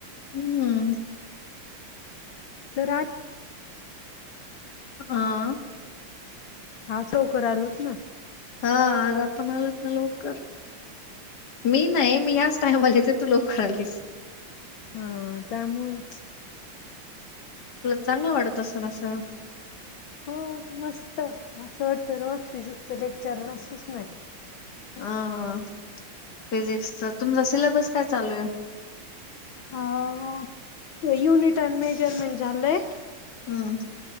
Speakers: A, on the left; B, on the left.
A: हम्म.
B: सर आ
A: आह
B: आज लवकर आलोच ना.
A: हा आज आपण आलोच ना लवकर. मी नाही मी याच टाइम येते, तू लवकर आलीस.
B: हा त्यामुळच
A: तुला चांगलं वाटत असल असं
B: हो मस्त असं वाटतं वाटत रोज फिजिक्सच्या लेक्चर असुच नये
A: हां हां फिजिक्सचा तुमचा सिलेबस काय चालू आहे?
B: आहो युनिट एंड मेजरमेंट झालंय.
A: हम्म.